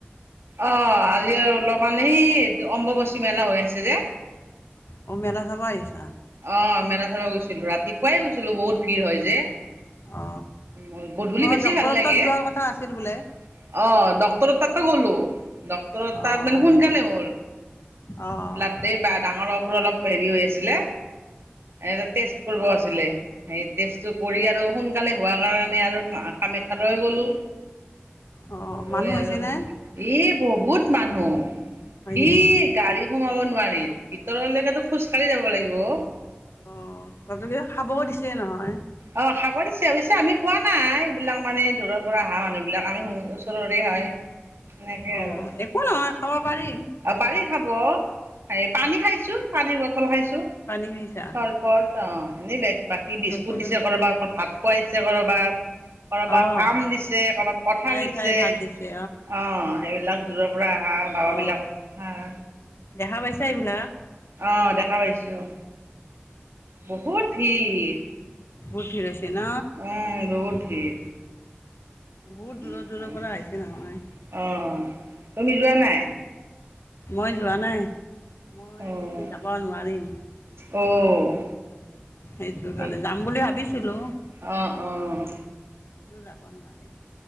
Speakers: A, on the right (about 75°); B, on the left (about 80°).
A: অ আজি অলপ মানে সি অম্বুবচী মেলা হৈ আছে যে
B: অ', মেলা চাব আহিছা?
A: অ মে গৈছিলো ৰাতিপুৱাইে গৈছিলো বহুত ভিৰ হয় যে
B: অ
A: উ গধূলি
B: অ',
A: বেছি
B: ডক্তৰৰ
A: ভাল লাগে
B: তাত যোৱাৰ
A: অ
B: কথা আছিল বোলে?
A: ডক্টৰৰ তাতো গ'লো। ডক্তৰ
B: অ',
A: তাত মানে
B: হয়
A: সোনকালে
B: নেকি?
A: হ'ল
B: অ',
A: ব্লত বা ডাঙৰ মোৰ অলপ হেৰি হৈ আছিলে। এটা টেষ্ট কৰিব আছিলে সেই টেষ্টটো কৰি আৰু সোনকালে হোৱা কাৰণে আৰু। কামাখ্যালৈ গ'লোঁ
B: অ', মানুহ
A: গৈ
B: হৈছেনে?
A: আৰু। এ বহুত মানুহ
B: হয়
A: সি
B: নেকি?
A: গাড়ী সোমাব নোৱাৰি ভিতৰলৈকেতো খোজকাঢ়ি যাব লাগিব অ।
B: অ তাতোকে খাবও দিছে নহয়
A: অ খাব দিছে অবশ্য আমি খোৱা নাই এইবিলাক মানে দূৰৰ পৰা আহা মানুহ বিলাক আমি শুনো। ওচৰৰে হয় সেনেকে
B: অ',
A: আৰু
B: একো নহয় খাব পাৰিম।
A: পাৰি খাব। হ এই পানী খাইছো পানীৰ বটল খাইছো
B: পানী খাইছা?
A: চৰবত অ এনেই ব বাকী
B: অ',
A: বিস্কুট
B: চৰবত
A: দিছে
B: খাইছা?
A: কৰবাত ভাত খোৱাইছে কৰবাত কৰবাত
B: অ'।
A: আম দিছে কৰবাত কঠাল
B: ঠায়ে
A: দিছে
B: ঠায়ে ভাত দিছে
A: অ সেইবিলাক দূৰৰ। পুৰা হা বাব
B: অ
A: বিলাকক হাঁ
B: দেখা পাইছা এইবিলাক
A: অ দে দেখা পাইছোঁ অ। বহুত ভিৰ
B: বহুত ভিৰ হৈছে ন
A: উম বহুত ভিৰ।
B: বহুত দূৰৰ
A: <unintelligible>
B: দূৰৰ পৰা আহিছে নহয়
A: অ তুমি যোৱা নাই।
B: মই যোৱা নাই মই
A: অ',
B: যাব নোৱাৰিম।
A: অ'।
B: সেইটো
A: সেই
B: কাৰণে যাম বুলি ভাবিছিলো।
A: অ', অ'।
B: যাব নোৱাৰিম।